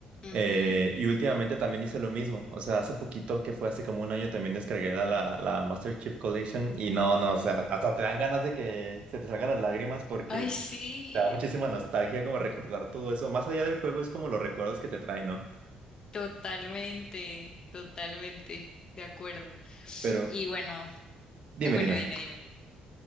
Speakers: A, on the left; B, on the right.
A: Ujú.
B: Eh, y últimamente también hice lo mismo. O sea, hace poquito que fue hace como un año también descargué la, la, la Master Chief Collection. Y no, no, o sea, hasta te dan ganas de que se te salgan las lágrimas porque
A: Ay, sí.
B: te da muchísima nostalgia como recordar todo eso. Más allá del juego es como los recuerdos que te traen, ¿no?
A: Totalmente, totalmente, de acuerdo.
B: Pero
A: Y bueno,
B: dime,
A: eh, bueno,
B: dime.
A: dime, dime.